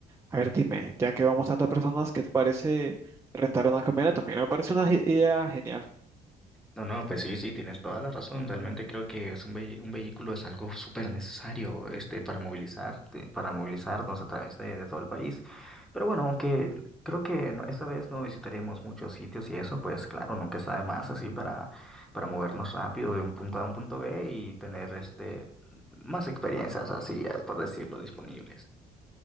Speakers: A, on the right; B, in the centre.
A: a ver, dime, ya que vamos tantas personas, ¿qué te parece rentar una camioneta? También me parece una ge- idea genial.
B: No, no, pues sí, sí, tienes toda la razón. Realmente creo que es un, vehi- un vehículo es algo súper necesario, este, para movilizar, para movilizarnos a través de, de todo el país. Pero bueno, aunque creo que no- esta vez no visitaremos muchos sitios y eso, pues claro, nunca está de más así para, para movernos rápido de un punto A a un punto B y tener este más experiencias así, eh, por decirlo, disponibles.